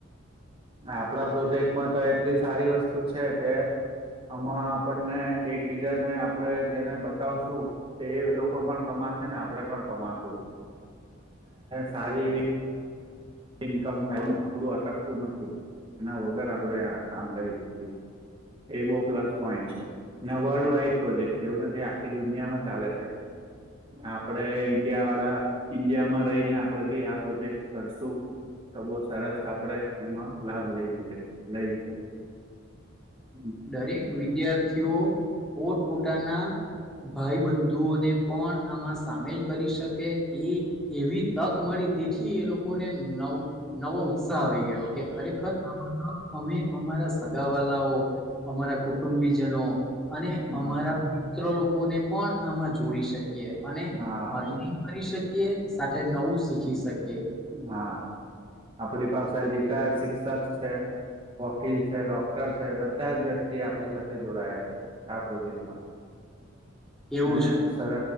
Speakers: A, on the right; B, in the centre.
A: આપડા પ્રોજેક્ટમાં તો એટલી સારી વસ્તુ છે કે આમાં આપણને એકબીજાને આપડણે જેને બતાવશું તે લોકો પણ કમા ને આપડે પણ કમાશું સારી એવી ઇન્કમ થાય એમ આપડું અટકતું નથી એના વગર આપણેે આ કામ કરી શકીએ એ બહુ પ્લસ પોઈન્ટ છે વર્લ્ડ વાઈડ પ્રોજેક્ટ છે એવું નથી આખી દુનિયામાં ચાલે છે આપડે ઈન્ડિયા વાળા ઈન્ડિયા માં રહીને આપડે ભી આ પ્રોજેક્ટ કરશું તો બહ સરસ આપણેે એમાં લાભ લઈ લઈ શકીએ <inaudible>
B: દરેક વિદ્યાર્થીઓ પોતપોતાના ભાઈ બંધુઓને પણ આમાં સામેલ કરી શકે એ એવી તક મળી તેથી એ લોકોને નવ નવો ઉત્સાહ આવી ગયો કે ખરેખર આમાં તો અમે અમારા સગા વાલાઓ અમારા કુટુંબીજનો અને
A: હા
B: અમારા મ લોકોને પણ આમાં જોડી શકીએ અને
A: હા
B: અરની કરી શકીએ એ સાથે નવું શીખી શકે
A: હા આપણી પાસે રિટાયર્ડ શિક્ષક છે વકીલ છે ડોક્ટર છે બધા જ વ્યક્તિ આપણી સાથે જોડાયા છે આ પ્રોજેક્ટમાં
B: એવું
A: મે
B: છે
A: સર